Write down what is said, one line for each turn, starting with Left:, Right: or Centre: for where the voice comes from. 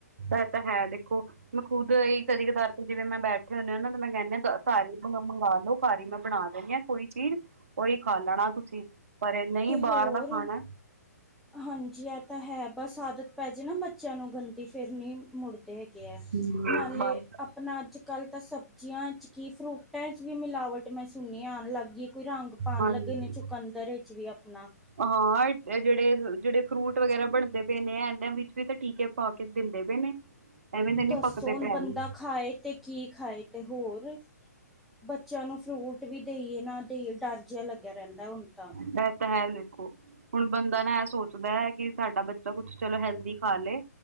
Right: ਇਹ ਤਾਂ ਹੈ ਦੇਖੋ ਮੈਂ ਖੁਦ ਹੀ ਕਦੇ ਕਤਾਰ ਤੇ ਜਿਵੇਂ ਮੈਂ ਬੈਠੇ ਹੁੰਦੇ ਹ ਨਾ ਤੇ ਮੈਂ ਕਹਿੰਨੀ ਹ ਸਾਰੇ ਮੰਗਵਾ ਲਓ ਸਾਰੀ ਮੈਂ ਬਣਾ ਦਣੀ ਹਾਂ ਕੋਈ ਚੀਜ਼ ਉਓਹੀ ਖਾ ਲੈਣਾ ਤੁਸੀਂ ਪਰ ਇਹ ਨਹੀਂ
Centre: ਤੇ ਹੋਰ
Right: ਬਾਹਰ ਦਾ ਖਾਣਾ
Centre: ਹਾਂਜੀ ਇਹ ਤਾਂ ਹੈ ਬਸ ਆਦਤ ਪੈ ਜਾੇ ਨਾ ਬੱਚਿਆਂ ਨੂੰ ਗੰਦੀ ਫਿਰ ਨਹੀਂ ਮੁੜ ਹੈਗੇ ਹੈ
Right: ਹੂੰ,
Centre: ਨਾਲੇ
Right: ਬਸ
Centre: ਆਪਣਾ ਅੱਜ ਕੱਲ ਤਾਂ ਸਬਜ਼ੀਆਂ ਚ ਕਿ ਫਰੂਟਾਂ ਚ ਵੀ ਮਿਲਾਵਟ ਮੈਂ ਸੁਣਣੀ ਆਉਣ ਲੱਗ ਗਈਏ ਕੋਈ ਰੰਗ ਪਾਉਣ
Right: ਹਾਂਜੀ
Centre: ਲੱਗੇ ਨੇ ਚੁਕੰਦਰ ਵੀ ਆਪਣਾ
Right: ਹਾਂ ਜਿਹੜੇ ਜਿਹੜੇ ਫਰੂਟ ਵਗੈਰਾ ਬਣਦੇ ਪਏ ਨੇ ਆ ਇਹਨਾਂ ਵਿੱਚ ਵੀ ਤਾਂ ਠੀਕ ਹੈ ਪਾ ਕੇ ਦਿੰਦੇ ਪ ਨੇ ਐਵੇਂ ਦੇ ਨੀ
Centre: ਦੱਸੋ
Right: ਪੱਕਦੇ
Centre: ਹੁਣ
Right: ਪਏ ਐਵੇਂ
Centre: ਬੰਦਾ ਖਾਏ ਤੇ ਕੀ ਖਾਏ ਤੇ ਹੋਰ ਬੱਚਿਆਂ ਨੂੰ ਫਰੂਟ ਵੀ ਦੇਈਏ ਨਾ ਦੇਈਏ ਡਰ ਜਿਹਾ ਲੱਗਿਆ ਰਹਿੰਦਾ ਹੁਣ ਤਾਂ
Right: ਬ ਤਾਂ ਹੈਾਲ ਹੁਣ ਬੰਦਾ ਨਾ ਇਹ ਸੋਚਦਾ ਹੈ ਕਿ ਸਾਡਾ ਬੱਚਾ ਕੁੱਛ ਚਲੋ ਹੈਲਦੀ ਖਾ ਲਏ